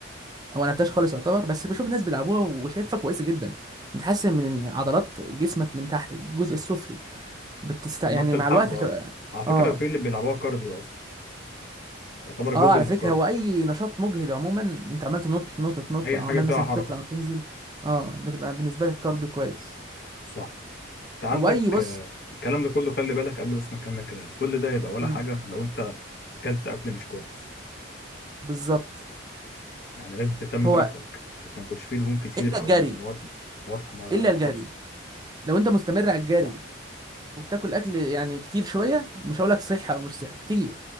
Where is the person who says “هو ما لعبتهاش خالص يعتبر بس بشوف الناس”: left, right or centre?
Right